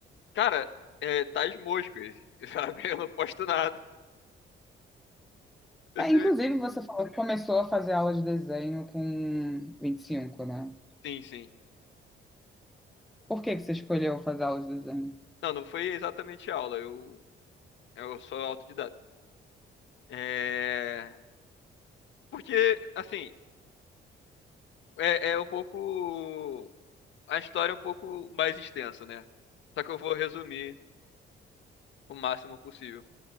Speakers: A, on the left; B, in the centre.
A: Cara, é, tá as moscas, <laughs> sabe? Eu não posto nada. Eu
B: É,
A: sempre-
B: inclusive, você falou que começou a fazer aula de desenho com vinte e cinco né?
A: Sim, sim.
B: Por que que você escolheu fazer aula de desenho?
A: Não, não foi exatamente aula. Eu eu sou autodidata. É... Porque assim é, é um pouco a história é um pouco mais extensa, né? Só que eu vou resumir o máximo possível.